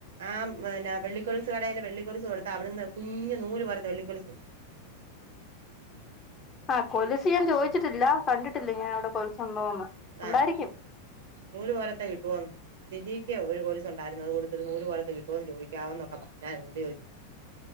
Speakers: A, on the right; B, on the left.
A: ആഹ് മ് നാ വെള്ളികൊലുസ് കടേലെ വെള്ളിക്കൊലിസ്സ് കൊടുത്ത് അവിടുന്ന് കുഞ്ഞ് നൂല് പോലത്തെ വെള്ളിക്കൊലിസ്സ്
B: ആഹ് കൊലിസ്സ് ഞാൻ ചോദിച്ചിട്ടില്ല കണ്ടിട്ടില്ല ഞാൻ അവിടെ കൊലുസുണ്ടോന്ന് ഉണ്ടായിരിക്കും
A: ആഹ് നൂല് പോലത്തെ കിട്ടുവോന്ന് വിജിക്ക് ഒരു കൊലുസ്സ് ഉണ്ടായിരുന്നു അത് കൊടുത്തിരുന്നു നൂല് പോലത്തെ കിട്ടുവൊന്ന് ചോദിക്കാവൊന്നൊക്കെ പറഞ്ഞായിരുന്നു അതോണ്ട് ചോയിച്ചയാ